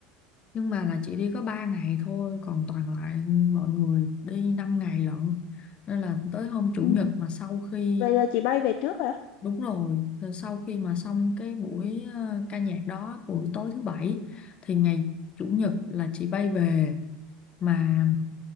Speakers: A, on the left (about 40°); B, on the left (about 60°).
A: nhưng mà là chị đi có 3 ngày thôi còn toàn lại mọi người đi 5 ngày lận nên là tới hôm chủ
B: đấy.
A: nhật mà sau khi
B: Vậy là chị bay về trước hả?
A: đúng rồi rồi sau khi mà xong cái buổi ờ, ca nhạc đó buổi tối thứ bảy thì ngày chủ nhật là chị bay về mà